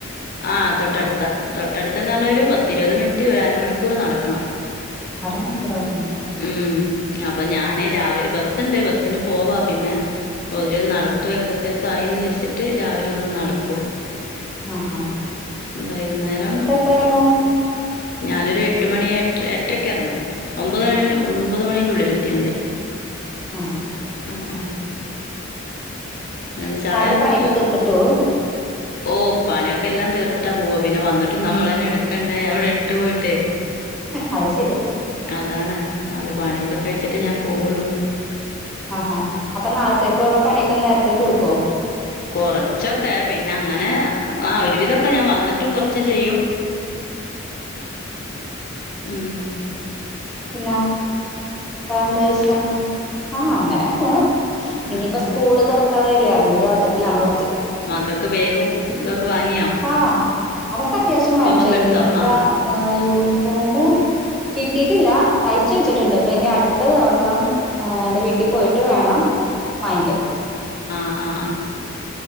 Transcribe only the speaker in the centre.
അര മണിക്കൂർ വക്കണം
ആഹ ഹാ
പ്പഇറങ്ങും
ആഹ്
രാവിലെ പണിക്കെ തീർത്ത്ട്ടോ
അഹ് ശെര്യാ.
ആഹാ അപ്പ നാളത്തേക്കുള്ള പണിയൊക്കെ നേര്ത്തെ തീർക്കോ?
പിന്ന വേറെന്താ വിഷയം? ആ അങ്ങനെ പോണ്
ഇനിപ്പ സ് കൂള് തൊറക്കാറായില്ലേ അതിന്റെ ഓട്ടത്തിലാണ് കൊർച്ച്.
ആ അതൊക്കെ അത്യാവശ്യം വാങ്ങിച്ചാരുന്നു
ഇനി ഇപ്പ
ഏ യൂണിഫോമ് കിട്ടിയിട്ടില്ല തയ്ച്ച് വെച്ചിട്ടുണ്ട് ഇപ്പ ഇനി അടുത്ത ദിവസം ആ എന്റെ വീട്ടിൽ പോയിട്ട് വേണം വാങ്ങിക്കാൻ.